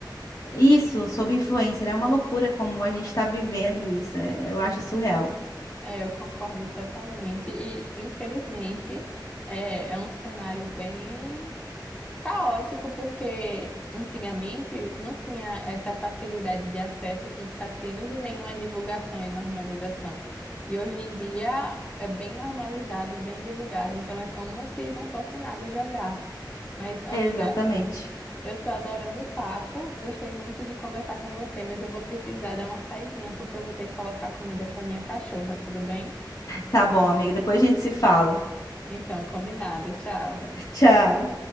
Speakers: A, on the left; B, on the left.
A: isso sob influência, né? É uma loucura como a gente está vivendo isso. é- eu acho surreal.
B: É, eu concordo totalmente e infelizmente é, é um cenário bem Caótico, porque antigamente não tinha essa facilidade de acesso com os cassinos e nenhuma divulgação e normalização. E hoje em dia é bem normalizado, bem divulgado, então é como se não fosse nada jogar. Mas, amiga,
A: Exatamente.
B: eu tô adorando o papo, gostei muito de conversar com você, mas eu vou precisar dar uma saidinha porque eu vou ter que colocar comida para minha cachorra, tudo bem?
A: Tá bom, amiga. Depois a gente se fala.
B: Então, combinado, tchau.
A: <laughs> Tchau.